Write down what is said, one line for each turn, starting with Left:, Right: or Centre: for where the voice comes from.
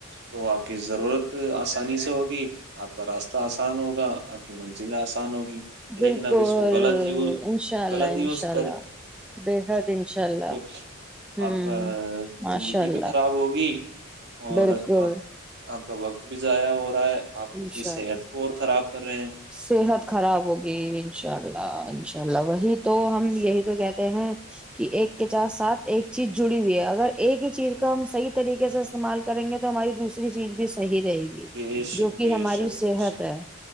Right: تو آپ کی ضرورت آسانی سے ہوگی آپ کا راستہ آسان ہوگا آپ کی منزلیں آسان ہوگی
Centre: بالکل
Right: لیکن اب اس کو غلط یوز
Centre: انشاء اللہ
Right: غلط یوز
Centre: انشاء اللہ بےحد انشاء اللہ
Right: کچھ
Centre: ہوں
Right: اب
Centre: ماشاء
Right: زندگی
Centre: اللہ
Right: بھی خراب ہوگی اور
Centre: بالکل
Right: اب اپ کا وقت بھی ضائع ہو رہا ہے اپ
Centre: انشاء
Right: خود کی صحت
Centre: اللہ
Right: کو اور خراب کر رہے ہیں
Centre: صحت خراب ہو گئی انشاءاللہ انشاءاللہ وہی تو ہم یہی تو کہتے ہیں کہ ایک کے چا سات ایک چیز جڑی ہوئی ہے اگر ایک ہی چیز کو ہم صحیح طریقے سے استعمال کریں گے تو ہماری دوسری چیز بھی صحیح جائے گی
Right: بے شک
Centre: جو کہ
Right: بے
Centre: ہماری
Right: شک
Centre: صحت
Right: بے شک
Centre: ہے